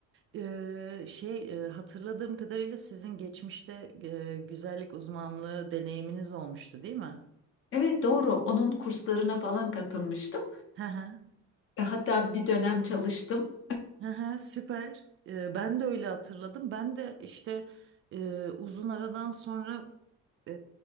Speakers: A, on the right; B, on the left.
A: Ee, şey e, hatırladığım kadarıyla sizin geçmişte e, güzellik uzmanlığı deneyiminiz olmuştu değil mi?
B: Evet doğru. Onun kurslarına falan katılmıştım.
A: Hı hı.
B: E, hatta bir dönem çalıştım.
A: Hı hı, süper. Ee, ben de öyle hatırladım. Ben de işte e, uzun aradan sonra e,